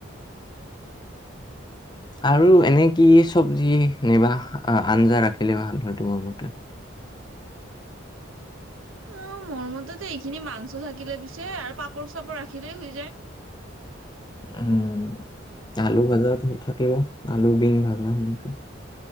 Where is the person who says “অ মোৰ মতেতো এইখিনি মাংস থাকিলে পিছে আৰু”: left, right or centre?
Right